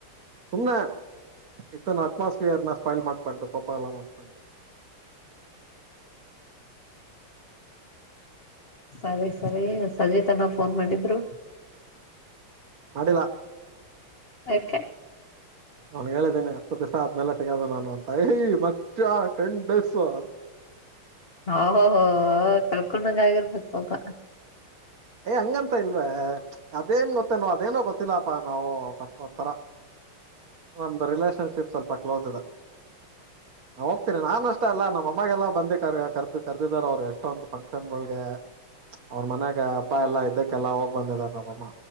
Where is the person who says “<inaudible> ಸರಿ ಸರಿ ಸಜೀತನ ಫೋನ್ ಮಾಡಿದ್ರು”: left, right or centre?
Left